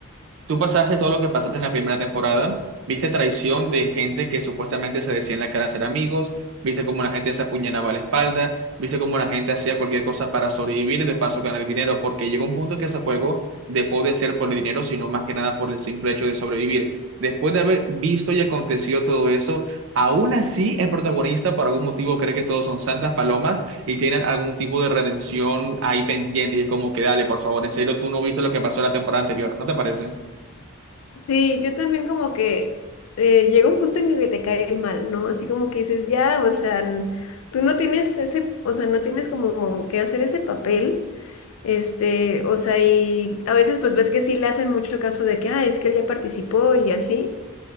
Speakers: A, on the right; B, on the left.
A: Tú pasaste todo lo que pasaste en la primera temporada, viste traición de gente que supuestamente se decía en la cara ser amigos, viste cómo la gente se apuñalaba a la espalda, viste cómo la gente hacía cualquier cosa para sobrevivir y de paso ganar dinero, porque llegó un punto que ese juego dejó de ser por el dinero, sino más que nada por el simple hecho de sobrevivir. Después de haber visto y acontecido todo eso, aún así el protagonista por algún motivo cree que todos son santas palomas y tienen algún tipo de redención ahí pendiente y es como que dale, por favor, en serio, tú no viste lo que pasó la temporada anterior, ¿no te parece?
B: Sí, yo también como que eh, llega un punto en que te cae mal, ¿no? Así como que dices, ya, o sea, n- tú no tienes ese, o sea, no tienes como que hacer ese papel, este, o sea, y a veces pues ves que sí le hacen mucho caso de que, ah, es que él ya participó y así,